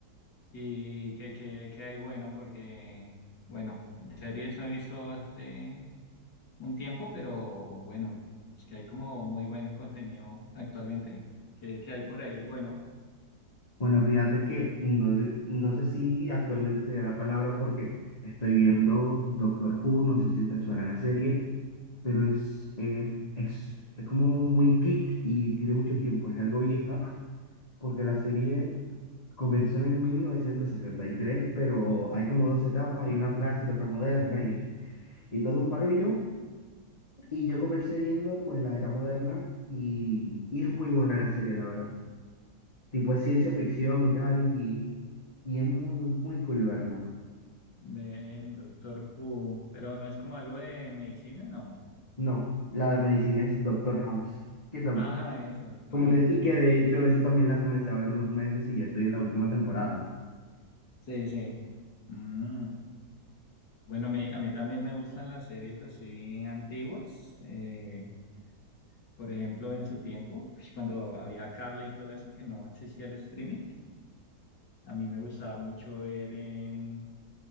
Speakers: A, on the left; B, on the left.
A: ¿Y qué, qué, qué hay bueno? Porque, bueno, series no he visto hace un tiempo, pero bueno, es que hay como muy buen contenido actualmente. ¿Qué, qué hay por ahí? Bueno,
B: Bueno, fíjate que no, sé- no sé si actualmente sería la palabra porque estoy viendo Doctor Who, no sé si te suena la serie, pero es, eh, es, es como muy geek y tiene mucho tiempo, es algo vieja, porque la serie comenzó en el 1963, pero hay como dos etapas, hay una clásica, otra moderna y, y todo un barullo. Y yo comencé viendo pues la era moderna y, y es muy buena la serie, la verdad tipo es ciencia ficción y tal, y, y es muy, muy cool verla.
A: ve Doctor Who, pero no es como algo de medicina, ¿no?
B: No, la de medicina es Doctor House, que tam-
A: Ah, eso, Doctor
B: como
A: House.
B: que, y que de hecho eso también la comencé a ver unos meses y ya estoy en la última temporada.
A: Sí, sí. Mm. Bueno, a mí, a mí también me gustan las series así antiguas. eh, por ejemplo, en su tiempo, cuando había cable y todo eso, que no existía el streaming, a mí me gustaba mucho ver en,